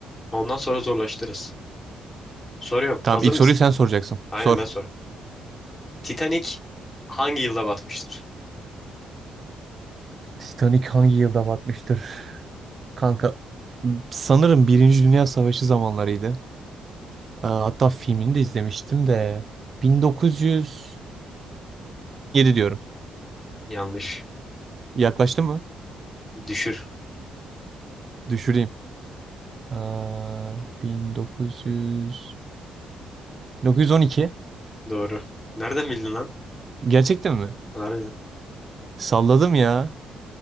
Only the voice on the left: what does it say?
Ondan sonra zorlaştırırız. Soruyorum.
Hazır
mısın?
Aynen
ben soruyorum. Titanic hangi yılda batmıştır?
Yanlış.
Düşür.
Doğru. Nereden bildin lan?
Harbiden.